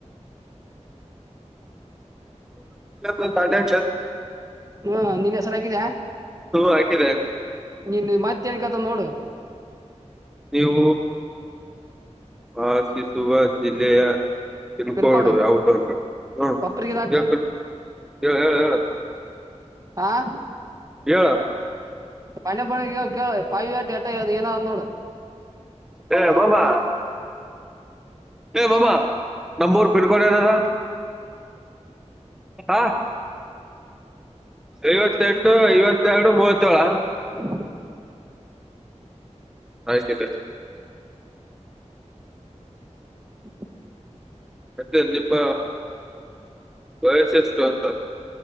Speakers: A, in the centre; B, on the right (about 30°).
A: ಹ ಪಾಟ್ಯಾ
B: ಹಾ ನೀನ್ ಹೆಸರಗಿದ್ಯಾ
A: ಹಾಕಿದೆ
B: ನಿನ್ ಮತ್ತೆ ಂಡ ಕತ ನೋಡು
A: ನೀವು ವಾಸಿಸುವ ಜಿಲ್ಲೆಯ ತಿನ್ಕಡು
B: ಪಿನ್ ಕೋಡ್
A: ಯಾವದಲ್ ಹ
B: ಕೊಪ್ರಿಗಿ ಇದಾಕ
A: ಹೇಳ್ತ ಹೇಳ ಹೇಳ ಹೇಳ
B: ಆಾ
A: ಯ
B: ಪಣ ಪಣ ಕೇಳ ಪಾಯ ವಟಿ ಎಟದು ಏನ ಅ ನೋಡು
A: ಹಏ ಬಬಾ ಏ ಮಮ್ಮ ನಮ್ಮೂರ್ ಬಿಡ್ಕೋೊಂಡ ನದ
B: <unintelligible>
A: ಹಾ ಐವತ್ತೆಂಟು ಇವತ್ತೆರಡು ಮೂವತ್ತೇಳ
B: ಹ
A: ಆಯ್ತಾಯ್ತ
B: <inaudible>
A: ಮತ್ತೆ ನಿಮ್ಮ ವಯಸ ಎಷ್ಟು ಅಂತ